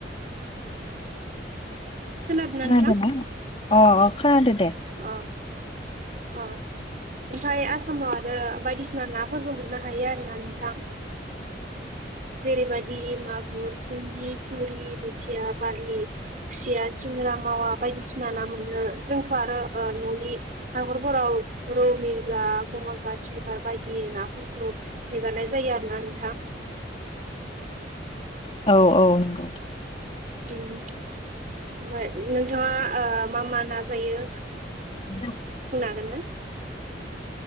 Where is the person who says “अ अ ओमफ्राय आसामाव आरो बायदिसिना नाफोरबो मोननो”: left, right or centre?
Right